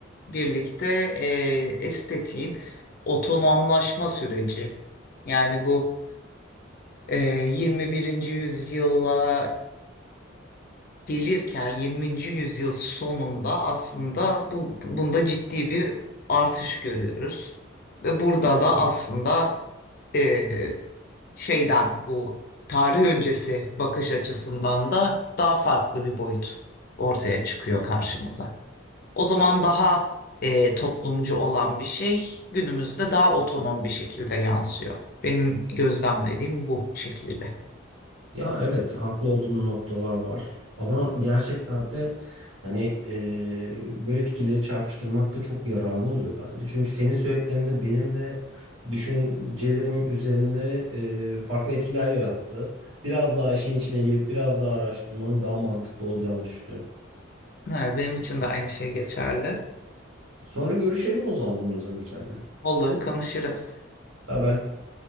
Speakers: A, on the left (about 45°); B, on the right (about 80°).
A: birlikte e, estetiğin otonomlaşma süreci. Yani bu e, 21. yüzyılla gelirken 20. yüzyıl sonunda aslında bu, bunda ciddi bir artış görüyoruz. Ve burada da aslında eee, şeyden bu tarih öncesi bakış açısından da daha farklı bir boyut ortaya çıkıyor karşımıza. O zaman daha eee, toplumcu olan bir şey günümüzde daha otonom bir şekilde yansıyor. Benim gözlemlediğim bu şekilde.
B: Ya evet haklı olduğun noktalar var ama gerçekten de hani e, böyle fikirleri çarpıştırmak da çok yararlı oluyor bence. Çünkü senin söylediklerinde benim de düşüncelerim üzerinde e, farklı etkiler yarattı. Biraz daha işin içine girip biraz daha araştırmanın daha mantıklı olacağını düşünüyorum.
A: Evet, benim için de aynı şey geçerli.
B: Sonra görüşelim o zaman bunun üzerine. üzerine.
A: Onları konuşuruz.
B: Bye bye.